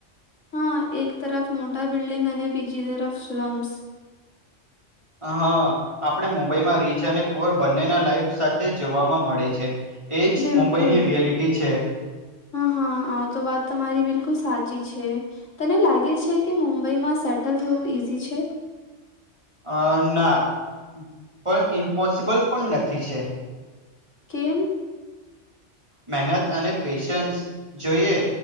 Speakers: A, on the left (about 85°); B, on the right (about 25°).
A: હા એક તરફ મોટા બિલ્ડિંગ અને બીજી તરફ સમ્સ
B: હા આપણે મુંબઈમાં રીચ અને પુઅર બંનેના લાઈફ સાથે જોવાવામાં મળે છે એજ
A: બિલકુલ
B: મુંબઈની રિયાલિટી છે
A: હા હા આ તો વાત તમારી બિલકુલ સાચી છે તને લાગે છે કે મુંબઈમાં સેટલ થવું ઈઝી છે
B: અ ના પણ ઇમ્પોસિબલ પણ નથી છે
A: કેમ
B: મહેનત અને પેશન્સ જોઈએ